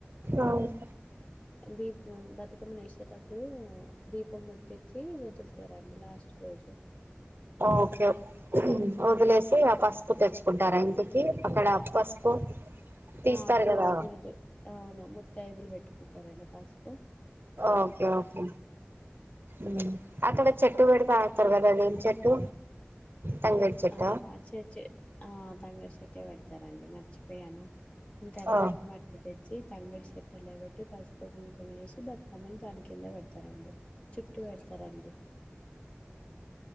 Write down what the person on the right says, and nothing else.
అవున్
ఓకే వదిలేసి ఆ పసుపు తెచ్చుకుంటారా ఇంటికి. అక్కడ పసుపు తీస్తారు
కదా
ఓకే ఓకే ఉమ్. అక్కడ చెట్టు పెడితే ఆడ్తారు కదా. అదేం చెట్టు తంగడి చెట్ట
ఆ